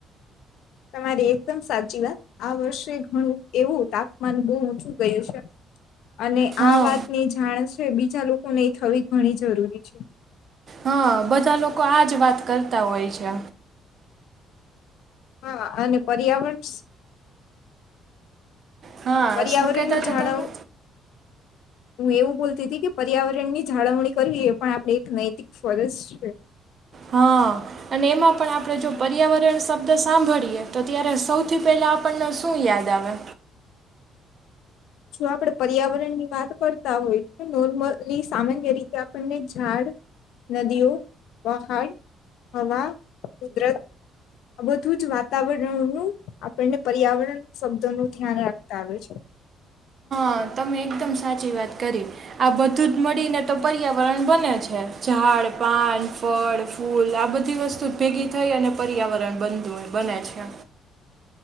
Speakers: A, on the left; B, on the right.
A: તમારી એકદમ સાચી વાત, આ વર્ષે ઘણું એવું તાપમાન બહુ ઊંચું ગયું છે. અને
B: હા
A: આ વાતની જાણ ને બીજા લોકોને એ થવી ઘણી જરૂરી છે.
B: હા, બધા લોકો આજ વાત કરતા હોય છે.
A: હા અને પર્યાવરણ
B: હા,
A: પર્યાવરણનું
B: શું કેતા હતા
A: જાળવ
B: તમે?
A: હું એવું બોલતી હતી કે પર્યાવરણની જાળવણી કરવી એ પણ આપણે એક નૈતિક ફરજ છે.
B: હા અને એમાં પણ આપણે જો પર્યાવરણ શબ્દ સાંભળીએ તો ત્યારે સૌથી પહેલા આપણને શું યાદ આવે
A: જો આપડે પર્યાવરણની વાત કરતા હોય, તો નોર્મલી સામાન્ય રીતે આપણને ઝાડ, નદીઓ, પહાડ, હવા, કુદરત, આ બધુંજ વાતાવરણનું આપણને પર્યાવરણ શબ્દોનું ધ્યાન રાખતા આવે છે.
B: હા, તમે એકદમ સાચી વાત કરી આ બધુંજ મળીને તો પર્યાવરણ બને છે. ઝાડ, પાન, ફળ, ફૂલ, આ બધી વસ્તુજ ભેગી થઈ અને પર્યાવરણ બનતું બને છે.